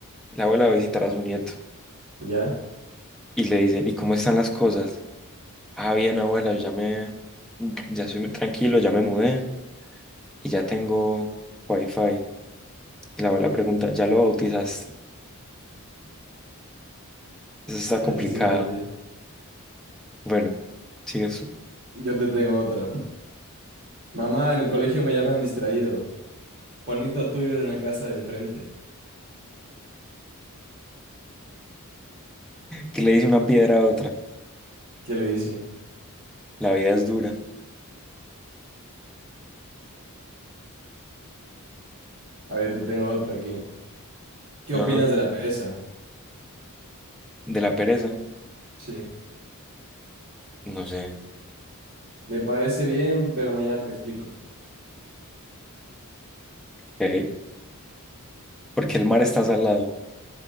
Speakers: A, in the centre; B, on the right.
A: La abuela va a visitar a su nieto
B: ¿Ya?
A: y le dicen, ¿y cómo están las cosas? Ah, bien, abuela, yo ya me, ya soy tranquilo, ya me mudé y ya tengo wifi. Y la abuela pregunta, ¿ya lo bautizaste? Eso está
B: Ese
A: complicado.
B: sí entendí.
A: Bueno, sigue su.
B: Yo te tengo otra. Mamá, en el colegio me llaman distraído. Juanito, tú vives en la casa de enfrente.
A: ¿Qué le dice una piedra a otra?
B: ¿Qué le dice?
A: La vida es dura.
B: A ver, te tengo otra aquí. ¿Qué
A: Ajá.
B: opinas de la pereza?
A: ¿De la pereza?
B: Sí.
A: No sé.
B: Me parece bien, pero mañana te explico.
A: ¿Por Porque el mar está salado,